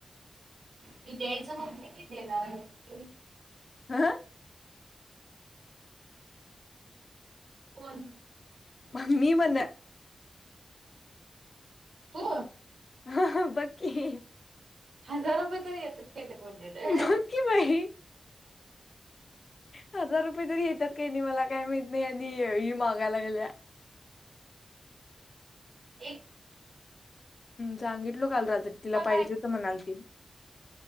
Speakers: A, on the right (about 80°); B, on the left (about 50°).
A: की द्यायचं मुि येणार आहे
B: हा
A: कन
B: म्मी म्हण
A: तू
B: हा बाकी
A: हजार रुपये तरी येतात का ते कोलेलं
B: बक्की बाई हजार रुपये तरी येतात काही नाही मला काय माहित नाही आणि ही माहागा लागल्या
A: <unintelligible> एक
B: सांगितलो काल तिला पाहिजे
A: आहे
B: तर म्हणाल ती